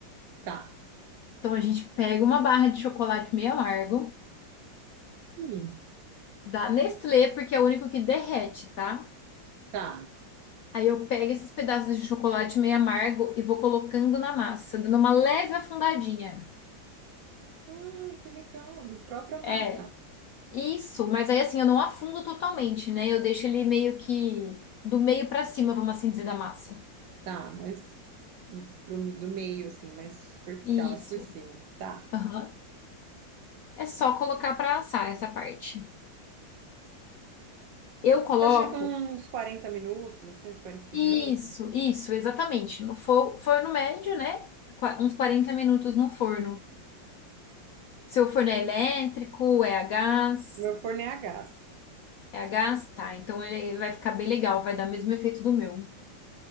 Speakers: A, on the right; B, on the left.
A: Tá.
B: Então a gente pega uma barra de chocolate meio amargo,
A: Hum,
B: da Nestlé, porque é o único que derrete, tá?
A: tá.
B: Aí eu pego esses pedaços de chocolate meio amargo e vou colocando na massa, dando uma leve afundadinha.
A: Ai, que legal. No própria massa.
B: É, isso, mas aí assim, eu não afundo totalmente, né? Eu deixo ele meio que do meio pra cima, vamos assim dizer, da massa.
A: Tá, mas hum, pro, do meio, assim, mais superficial,
B: Isso.
A: mais por cima. Tá.
B: Aham. É só colocar pra assar essa parte. Eu coloco.
A: Você acha que é uns 40 minutos, assim, uns 45
B: Isso,
A: minutos?
B: isso, exatamente. No fo- forno médio, né? Qua- Uns 40 minutos no forno. Seu forno é elétrico, é a gás.
A: Meu forno é a gás.
B: É a gás? Tá, então ele vai ficar bem legal, vai dar o mesmo efeito do meu.